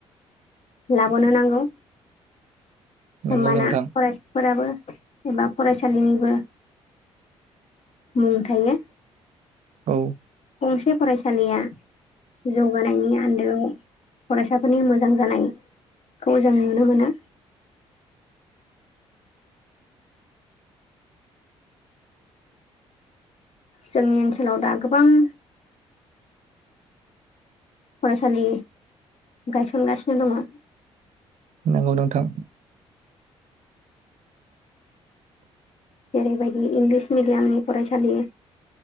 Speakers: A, on the left (about 45°); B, on the right (about 50°).
A: लाबोनो नांगौ
B: नंगौ
A: होमबाना
B: नोंथां
A: फरायसा। फोराबो एबा फरायसालिनिबो। मुं थायो।
B: औ।
A: गंसे फरायसालिया। जौगानायनि आन्दोआव फरायसाफोरनि मोजां जानाय। खौ जों नुनो मोनो। जोंनि ओनसोलाव दा गोबां। फरायसालि गायसनगासिनो दङ।
B: नोंगौ नोंथां।
A: जेरैबायदि इंलिस मेडियामनि फरायसालि।